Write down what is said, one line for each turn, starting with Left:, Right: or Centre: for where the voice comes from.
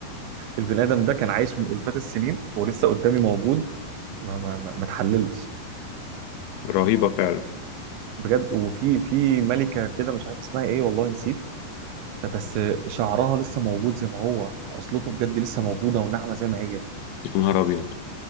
Right: البني ادم ده كان عايش من الفات السنين ولسه قدامي موجود ما ما ما ما اتحللش
Left: رهيبه فعلا
Right: بجد وفي في ملكه كده مش عارف اسمها ايه والله نسيت بس شعرها لسه موجود زي ما هو خصلته بجد لسه موجوده وناعمه زي ما هي
Left: يا نهار ابيض